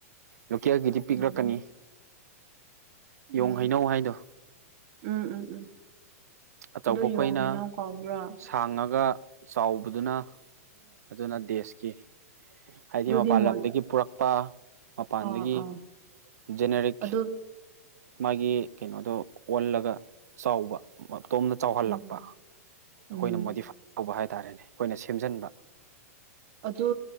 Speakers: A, on the right; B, on the right.
A: ꯂꯣꯀꯦꯜꯒꯤꯗꯤ ꯄꯤꯛꯂꯛꯀꯅꯤ
B: ꯎꯝ
A: ꯌꯣꯡ
B: ꯎꯝ
A: ꯍꯩꯅꯧ ꯍꯥꯏꯗꯣ
B: ꯎꯝ ꯎꯝ ꯎꯝ
A: ꯑꯆꯧꯕ
B: ꯑꯗꯨ
A: ꯑꯩꯈꯣꯏꯅ
B: ꯌꯣꯡ ꯍꯩꯅꯧ ꯀꯧꯕ꯭ꯔꯥ
A: ꯁꯥꯡꯉꯒ ꯆꯥꯎꯕꯗꯨꯅ ꯑꯗꯨꯅ ꯗꯦꯁꯀꯤ ꯍꯥꯏꯗꯤ
B: ꯑꯗꯨꯗꯤ
A: ꯃꯄꯥꯟ
B: ꯃꯣꯟ
A: ꯂꯝꯗꯒꯤ ꯄꯨꯔꯛꯄ ꯃꯄꯥꯟꯗꯒꯤ
B: ꯑꯥ ꯑꯥ
A: ꯖꯦꯅꯦꯔꯤꯛ
B: ꯑꯗꯨ
A: ꯃꯥꯒꯤ ꯀꯩꯅꯣꯗꯣ ꯑꯣꯜꯂꯒ ꯆꯥꯎꯕ ꯃ ꯇꯣꯝꯗ ꯆꯥꯎꯍꯜꯂꯛꯄ
B: ꯎꯝ
A: ꯑꯩꯈꯣꯏꯅ
B: ꯎꯝ
A: ꯃꯣꯗꯤꯐꯥꯏ ꯇꯧꯕ ꯍꯥꯏꯇꯥꯔꯦ ꯍꯥꯏꯇꯥꯔꯦꯅꯦ ꯑꯩꯈꯣꯏꯅ ꯁꯦꯝꯖꯤꯟꯕ
B: ꯑꯗꯨ